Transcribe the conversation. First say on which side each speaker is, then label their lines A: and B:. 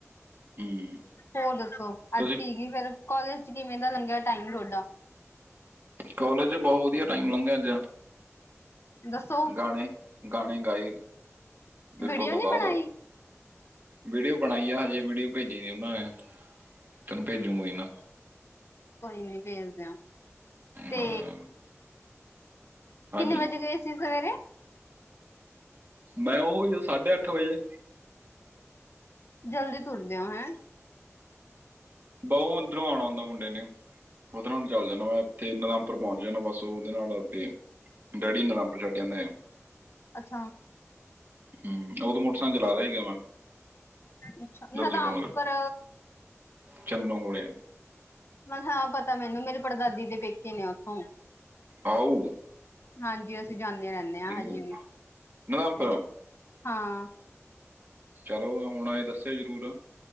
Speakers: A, on the right; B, on the left.
A: ਹੂੰ
B: ਹੋਰ ਦੱਸੋ?
A: ਤੁਸੀਂ
B: ਅੱਜ ਕੀ-ਕੀ ਫਿਰ ਕੌਲੇਜ 'ਚ ਕਿਵੇਂ ਦਾ ਲੰਘਿਆ ਟਾਈਮ ਥੋਡਾ?
A: ਕੌਲੇਜ 'ਚ ਬਹੁਤ ਵਧੀਆ ਟਾਈਮ ਲੰਘਿਆ ਅੱਜ।
B: ਦੱਸੋ
A: ਗਾਣੇ, ਗਾਣੇ ਗਾਏ ਪੇਪਰ
B: ਵੀਡੀਓ
A: ਤੋਂ ਬਾਅਦ।
B: ਨੀ ਬਣਾਈ
A: ਵੀਡੀਓ ਬਣਾਈ ਆ ਹਜੇ ਵੀਡੀਓ ਭੇਜੀ ਨੀ ਉਹਨਾਂ ਨੇ, ਤੈਨੂੰ ਭੇਜੂ ਕੋਈ ਨਾ।
B: ਕੋਈ ਨੀ ਭੇਜ ਦਿਓ, ਤੇ
A: ਹਾਂ ਹਾਂਜੀ
B: ਕਿੰਨੇ ਵਜੇ ਗਏ ਸੀ, ਸਵੇਰੇ?
A: ਮੈਂ ਉਹੀ ਓ ਸਾਢੇ-ਅੱਠ ਵਜੇ।
B: ਜਲਦੀ ਤੁਰਦੇਂ ਓ, ਹੈਂ?
A: ਬਹੁ ਓਧਰੋ ਆਉਣਾ ਹੁੰਦਾ ਮੁੰਡੇ ਨੇ। ਔਦੇ ਨਾਲ ਚੱਲ ਜਾਨਾ, ਮੈਂ ਇੱਥੇ ਨਦਾਮਪੁਰ ਪਹੁੰਚ ਜਾਂਨਾ, ਬਸ ਉਹਦੇ ਨਾਲ ਅੱਗੇ ਡੈਡੀ ਨੀਰਾਮਪਰ‌ ਛੱਡਿਆ ਆਂਦੇ ਆ।
B: ਅੱਛਾ
A: ਹੂੰ, ਉਹਦੋਂ ਮੋਟਰਸਾਈਕਲ ਚਲਾ ਰਿਹਾ ਸੀਗਾ, ਮੈਂ।
B: ਅੱਛਾ,
A: ਜਦੋਂ
B: ਨਦਾਮਪਰ
A: ਤੁਸੀਂ ਫੋਨ ਕਰ ਚੰਨੋ ਕੋਲੇ ਆ।
B: ਮ ਹਾਂ ਪਤਾ ਮੈਨੂੰ ਮੇਰੇ ਪੜਦਾਦੀ ਦੇ ਪੇਕੇ ਨੇ ਉੱਥੋਂ।
A: ਆਊ,
B: ਹਾਂਜੀ ਅਸੀਂ ਜਾਨੇ ਰੈਂਨੇ ਹਾਂ ਹਜੇ
A: ਆ
B: ਵੀ
A: ਨਦੰਪਰ
B: <unintelligible> ਹਾਂ।
A: ਚਲੋ ਹੁਣ ਆਏ ਦੱਸਿਓ ਜ਼ਰੂਰ